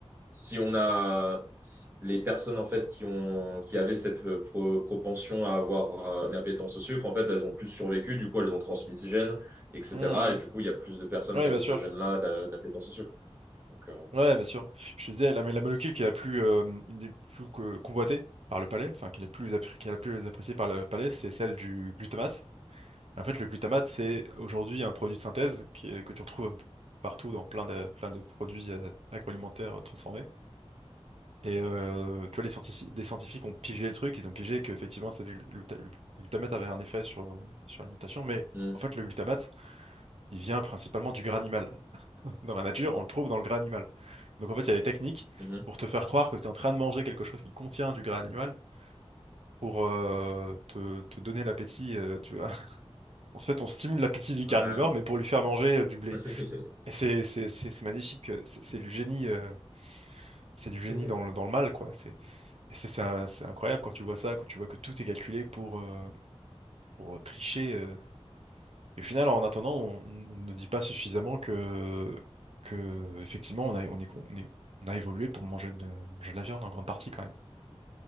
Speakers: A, on the right; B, on the right.
A: si on a s- les personnes en fait qui ont qui avaient cette euh, pro- propension à avoir euh, une appétence au sucre, en fait, elles ont plus survécu. Du coup, elles ont transmis ce gène, etc.
B: ouais. Mmh,
A: Et
B: mmh.
A: du coup, il y a plus de personnes
B: ouais,
A: qui avaient
B: bien sûr.
A: ce gène-là d'a- d'appétence au sucre. Donc, euh,
B: Ouais, bien sûr. Je te disais, la, mais la molécule qui est la plus, euh, une des plus que- convoitées par le palais, enfin, qui est la plus, appré- qui est la plus appréciée par le palais, c'est celle du glutamate. En fait, le glutamate, c'est aujourd'hui un produit de synthèse qui est- que tu retrouves un peu partout dans plein de, plein de produits euh, agroalimentaires euh, transformés. Et euh, tu vois, les scientifiques, des scientifiques ont pigé le truc, ils ont pigé qu'effectivement, c'est du gluta- le glutamate avait un effet sur, euh, sur l'alimentation, mais
A: hum,
B: en fait, le glutamate, il vient principalement du gras animal. <laughs> Dans la nature, on le trouve dans le gras animal. Donc en fait, il y a des techniques
A: hum,
B: pour te faire croire que tu es en train de manger quelque chose qui contient du gras animal pour euh, te, te donner l'appétit. euh, tu vois, en fait, on stimule l'appétit du carnivore,
A: ouais.
B: mais pour lui faire manger euh, du blé.
A: <laughs>
B: Et c'est c'est- c'est- c'est magnifique, euh, c'est c'est du génie, euh, c'est du génie
A: Ouais.
B: dans le, dans le mal, quoi. C'est et c'est c'est un- c'est incroyable quand tu vois ça, quand tu vois que tout est calculé pour, euh, pour euh, tricher. euh. Et au final, en attendant, on, on ne dit pas suffisamment que, que effectivement, on a, on est, con- on est- on a évolué pour manger de, manger de la viande en grande partie, quand même.